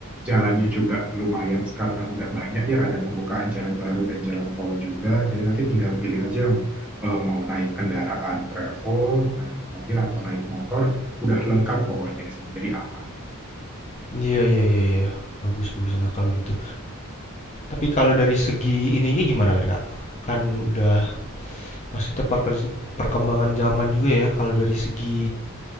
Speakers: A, in the centre; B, on the left (about 30°).
A: jalannya juga lumayan sekarang udah banyak ya ada pembukaan jalan baru dan jalan tol juga. Jadi nanti tinggal pilih aja yang eh, mau naik kendaraan travel, naik mobil atau naik motor, udah lengkap pokoknya di sini. Jadi aman.
B: Iya iya iya iya. Bagus bagus lah kalau gitu. Tapi kalau dari segi ininya gimana kan Kak? Kan udah maksudnya perker- perkembangan zaman juga ya kalau dari segi